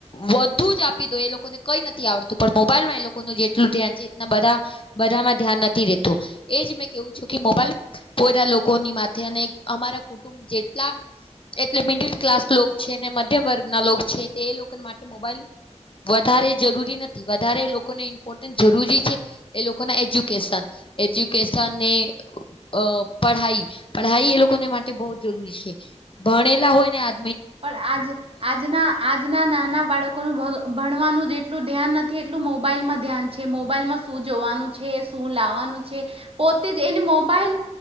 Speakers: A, on the left (about 45°); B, on the right (about 50°).
A: વધુ જ આપી દો એ લોકો લોકોને કઈ નથી આવડતું પણ મોબાઈલમાં એ લોકોનું જેટલું ધ્યાન છે એ બધા બધામાં ધ્યાન નથી રેતું એજ મેં કેવું છું કે મોબાઈલ પોદા લોકોની માથે અને અમારા કુટુંબ જેટલા એટલે મિડલ ક્લાસ છે ને મધ્યમ વર્ગ ના લો છે તે એ લોકોને માટે મોબાઈલ વધારે જરૂરી નથી વધારે લોકોને ઇમ્પોર્ટન્ટ જરૂરી છે એ લોકોના એજ્યુકેશન એજ્યુકેશન ને અ પઢાઈ પઢાઈ એ લોકોને માટે બહુ જ જરૂરી છે ભણેલા હોય ને આ
B: પણ આજ આજના આજના નાના બાળકોનું ભગ ભણવાનું જેટલું ધ્યાન નથી એટલું મોબાઈલમાં ધ્યાન છે મોબાઈલમાં શું જોવાનું છે શું લાવવાનું પોતે જ એને મોબાઈલ